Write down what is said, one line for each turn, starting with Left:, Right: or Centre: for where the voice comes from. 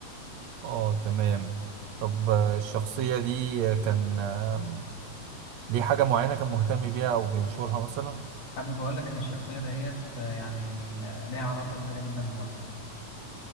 Right: اه تمام طب آه، الشخصية دي كان آه، ليه حاجة معينة كان مهتم بيها أو بينشرها مثلا؟
Left: حابب اقول لك ان الشخصيه دهيت آه، يعني آه، ليها علاقه كبيره جدا بمصر